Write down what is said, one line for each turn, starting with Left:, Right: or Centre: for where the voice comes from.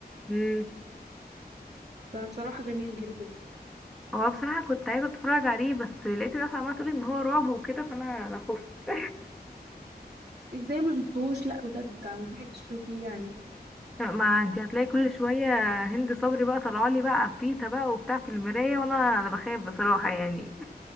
Centre: مم.
Right: فبصراحه جميل جدا
Centre: هو بصراحة كنت عايزة اتفرج عليه بس لقيت ناس عمالة تقول ان هو رعب وكده فانا انا خفت
Right: ازاي ما شفتوش لا بجد انصحك تشوفيه يعني
Centre: <laughs> ما انت هتلاقي كل شوية هند صبري بقى طلعالي بقى عفريتة بقى وبتاع في المراية وانا انا بخاف بصراحة يعني